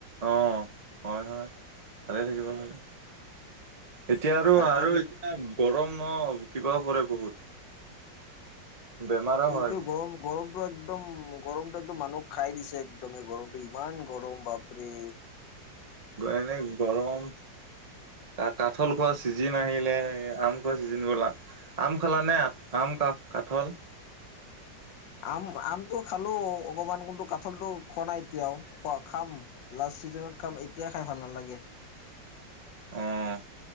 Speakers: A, on the right; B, on the left.
A: অহ' হয় হয়। ভালেই থাকিব লাগে। এতিয়া আৰু,
B: ভালে
A: আৰু
B: থাকিল
A: এতিয়া গৰম ন কিবা পৰে। বহুত। বেমাৰো
B: এইটোয
A: হয় বহুত।
B: গৰম গৰমতটো একদম গৰমতটো একদম মানুহ খাই দিছে, একদমেই গৰমটো ইমান গৰম বাপৰে।
A: এনেই গৰম। ত' কাঠল খোৱা চিজিন আহিলে, আম খোৱা চিজিন বলা আম খালাানে? আম, কা, কাঠল।
B: আম, আমটো খালোঁ অকণমান। কিন্তু কাঠলটো খোৱা নাই এতিয়াও, খোৱা, খাম লাষ্ট ছিজনত খাম। এতিয়াই খাই ভাল নালাগে।
A: উম।